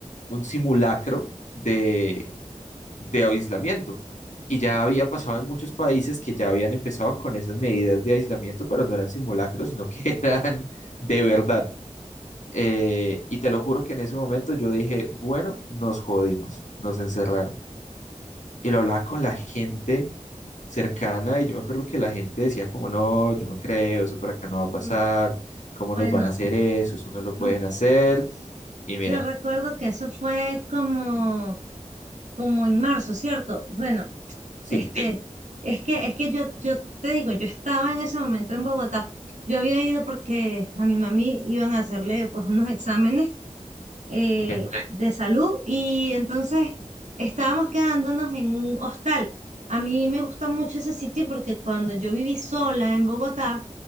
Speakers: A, on the left; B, on the right.
A: un simulacro de, de aislamiento. Y ya había pasado en muchos países que ya habían empezado con esas medidas de aislamiento, pero no eran simulacros, sino que <laughs> eran de verdad. Eh, y te lo juro que en ese momento yo dije, bueno, nos jodimos, nos encerraron. Y lo hablaba con la gente cercana y yo me acuerdo que la gente decía como, no, yo no creo, eso por acá no va a pasar,
B: Mm,
A: ¿cómo
B: Bueno,
A: nos van a hacer eso? Eso no lo pueden
B: mm,
A: hacer. Y mira,
B: yo recuerdo que eso fue como, como en marzo, ¿cierto? Bueno,
A: sí,
B: este, es que, es que yo, yo te digo, yo estaba en ese momento en Bogotá. Yo había ido porque a mi mami iban a hacerle pues unos exámenes eh,
A: ok.
B: Ok. de salud y entonces estábamos quedándonos en un hostal. A mí me gusta mucho ese sitio porque cuando yo viví sola en Bogotá,